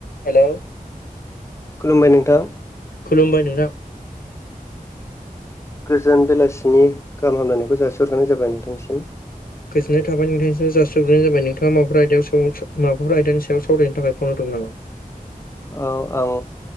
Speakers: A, on the left; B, on the left.
A: हेल'
B: खुलुमबाय नोंथां।
A: खुलुमबाय नोंथां।
B: गोजोन बेलासिनि गाहाम हामलायनायखौ जासिहरग्रोनाय जाबाय नोंथांनिसिम।
A: गोजोननाय थाबाय। नोंथांनिसिमबो जासिहरग्रोनाय जाबाय, नोंथाङा माबाफोर आयदायाव माबाफोर आयदानि सायाव सावरायनो थाखाय फन हरदोंमोन नामा?
B: औ आं